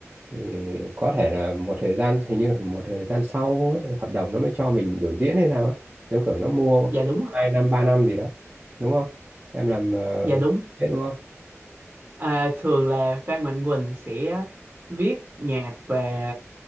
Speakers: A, on the right (about 30°); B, on the right (about 50°).
A: thì có thể là một thời gian hình như là một thời gian sau ấy, hợp đồng nó mới cho mình biểu diễn hay sao ấy. Giống kiểu nó mua
B: dạ đúng ạ
A: 2 năm 3 năm gì đó, đúng không? Em làm
B: dạ
A: uh,
B: đúng
A: biết đúng không?
B: À, thường là Phan Mạnh Quỳnh sẽ viết nhạc về